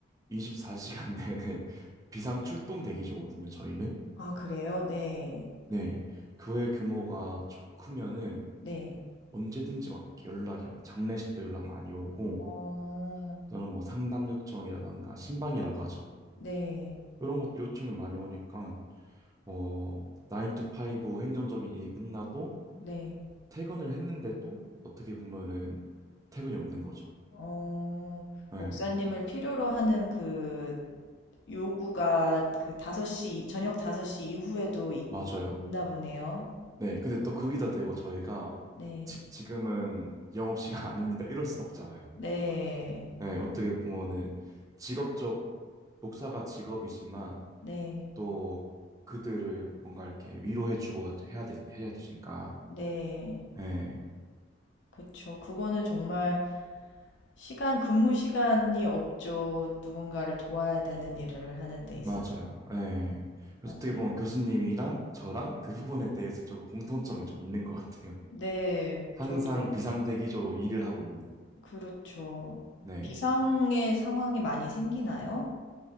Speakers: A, on the right (about 20°); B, on the left (about 65°).
A: 24시간 내내 <laughs> 비상 출동 대기조거든요, 저희는.
B: 아, 그래요? 네,
A: 네, 교회 규모가 좀 크면은
B: 네.
A: 언제든지 막 이렇게 연락이 막 장례식도 연락 많이 오고
B: 어.
A: 저는 뭐 상담 요청이라던가 신방이라고 하죠.
B: 네.
A: 이런 것도 요청이 많이 오니까 어, 9 to 5 행정적인 일이 끝나도
B: 네.
A: 퇴근을 했는데도 어떻게 보면은 퇴근이 없는 거죠.
B: 어.
A: 네,
B: 목사님을 필요로 하는 그 요구가 그 다섯 시 저녁 5섯시 이후에도 있,
A: 맞아요.
B: 있나 보네요.
A: 네, 근데 또 거기다 대고 저희가
B: 네.
A: 지, 지금은 영업시간 <laughs> 아닙니다. 이럴 순 없잖아요.
B: 네.
A: 네, 어떻게 보면은 직업적, 목사가 직업이지만
B: 네.
A: 또 그들을 뭔가 이렇게 위로해주고 해야 되니, 해야 되니까.
B: 네.
A: 네,
B: 그쵸. 그거는 정말 시간 근무 시간이 없죠. 누군가를 도와야 되는 일을 하는 데 있어서
A: 맞아요. 네. 그래서
B: 맞아요.
A: 어떻게 보면 교수님이랑 저랑 그 부분에 대해서 좀 공통점이 좀 있는 것 같아요.
B: 네.
A: 항상
B: 저도
A: 비상대기조로 일을 하고 있는.
B: 그렇죠.
A: 네.
B: 비상의 상황이 많이 생기나요?